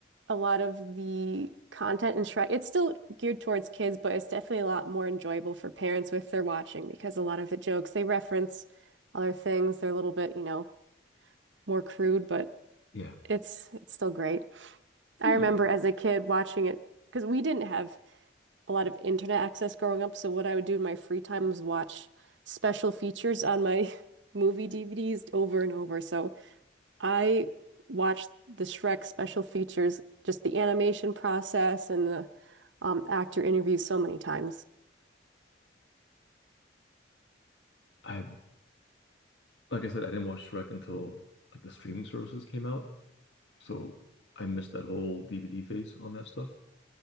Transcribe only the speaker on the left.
Yeah.
Yeah,
I like I said, I didn't watch Shrek until like the streaming services came out, so I missed that whole DVD phase on that stuff.